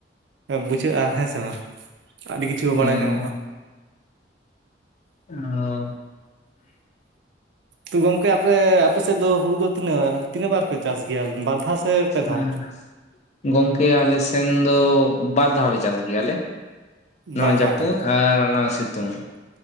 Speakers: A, on the right (about 65°); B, on the left (about 40°).
A: ᱵᱩᱡᱷᱟᱹᱜ-ᱟ, ᱦᱮᱸ ᱥᱮ ᱵᱟᱝ ᱟᱹᱰᱤ ᱠᱤᱪᱷᱩ
B: ᱦᱮᱸ
A: ᱵᱟᱲᱟᱭ ᱧᱟᱢᱚᱜ-ᱟ᱾
B: ᱚ
A: ᱛᱚ ᱜᱚᱝᱠᱮ ᱟᱯᱮ ᱟᱯᱮ ᱥᱮᱫ ᱫᱚ ᱦᱩᱲᱩ ᱫᱚ ᱛᱤᱱᱟᱹᱜ ᱛᱤᱱᱟᱹᱜ ᱵᱟᱨ ᱯᱮ ᱪᱟᱥ ᱜᱮᱭᱟ ᱵᱟᱨ ᱫᱷᱟᱣ ᱥᱮ ᱯᱮ ᱫᱷᱟᱣ
B: ᱦᱮᱸ ᱜᱚᱝᱠᱮ ᱟᱞᱮ ᱥᱮᱱ ᱫᱚ ᱵᱟᱨ ᱫᱷᱟᱣ ᱞᱮ ᱪᱟᱥ ᱜᱮᱭᱟᱞᱮ ᱱᱚᱣᱟ
A: ᱵᱟᱨ
B: ᱡᱟᱹᱯᱩᱫ
A: ᱫᱷᱟᱣ ᱜᱮ
B: ᱟᱨ ᱚᱱᱟ ᱥᱤᱛᱩᱝ